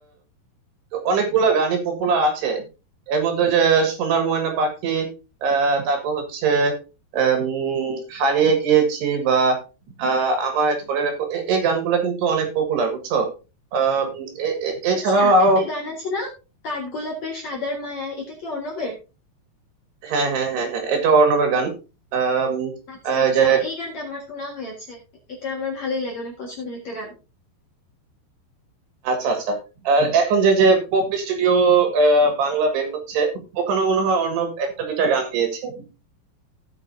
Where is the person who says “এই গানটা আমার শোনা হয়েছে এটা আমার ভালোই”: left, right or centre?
Left